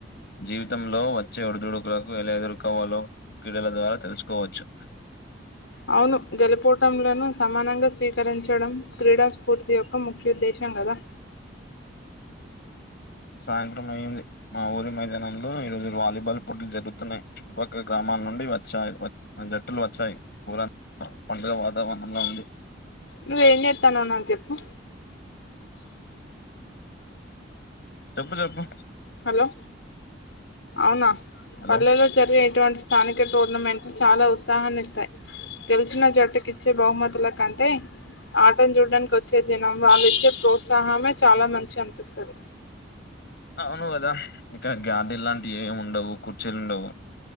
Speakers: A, on the left; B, on the left.
A: జీవితంలో వచ్చే ఒడిదుడుకులకు ఎలా ఎదుర్కోవాలో క్రీడల ద్వారా తెలుసుకోవచ్చు
B: అవును గెలుపోటములను సమానంగా స్వీకరించడం క్రీడా స్ఫూర్తి యొక్క ముఖ్యోద్దేశం కదా
A: సాయంత్రం అయింది మా ఊరి మైదానంలో ఈరోజు వాలీబాల్ పోటీలు జరుగుతున్నాయి చుట్టుపక్కల గ్రామా నుండి వా జట్టులు వచ్చాయి ఊర పండుగ వాతావరణంలో ఉంది
B: నువ్వేం చేస్తాన్నావు నాకు చెప్పు
A: చెప్పు చెప్పు
B: హలో అవునా
A: హలో
B: పల్లెలో జరిగే ఇటువంటి స్థానిక టోర్నమెంట్లు చాలా ఉత్సాహాన్ని ఇస్తాయి తెలిసిన జట్టుకి ఇచ్చే బహుమతుల కంటే ఆటం చూడడానికి వచ్చే జనం వాళ్ళు ఇచ్చే ప్రోత్సాహమే చాలా మంచి అనిపిస్తది
A: అవును కదా ఇంకా గార్డీ లాంటివి ఏమి ఉండవు కుర్చీలు ఉండవు